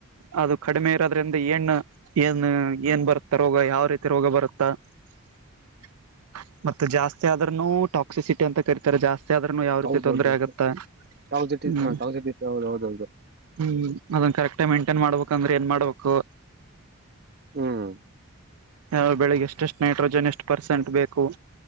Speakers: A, on the right; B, on the right.
A: ಅದು ಕಡಿಮೆ ಇರೋದ್ರಿಂದ ಏಣ ಏನ್ ಏನ್ ಬರುತ್ತಾ ರೋಗ ಯಾವ ರೀತಿ ರೋಗ ಬರುತ್ತಾ <unintelligible> ಮತ್ತೆ ಜಾಸ್ತಿ ಆದ್ರನು ಟಾಕ್ಸಿಸಿಟಿ ಅಂತ ಕರಿತಾರೆ ಜಾಸ್ತಿ ಆದ್ರನು ಯಾವ ರೀತಿ
B: ಹೌದೌದು
A: ತೊಂದರೆ ಆಗತ್ತಾ
B: ಟಾಕ್ಸಿಟಿ
A: ಹ್ಮ್
B: ಟಾಕ್ಸಿಟಿ ಹೌದು ಹೌದೌದು
A: ಹ್ಮ್ ಅದನ್ ಕರೆಕ್ಟ್ ಮೈಂಟೇನ್ ಮಾಡ್ಬೇಕಂದ್ರ ಏನ್ ಮಾಡ್ಬೇಕು
B: ಹ್ಮ್
A: ಯ ಬೆಳಿಗ್ಗೆ ಎಷ್ಟೆಷ್ಟು ನೈಟ್ರೋಜನ್ ಎಷ್ಟು ಪರ್ಸೆಂಟ್ ಬೇಕು